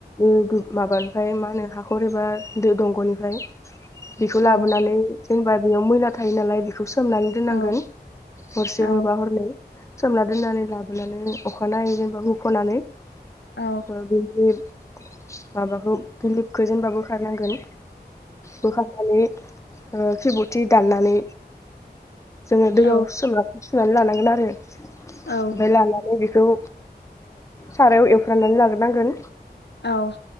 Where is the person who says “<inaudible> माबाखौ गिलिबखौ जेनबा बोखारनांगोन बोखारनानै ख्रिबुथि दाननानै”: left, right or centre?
Left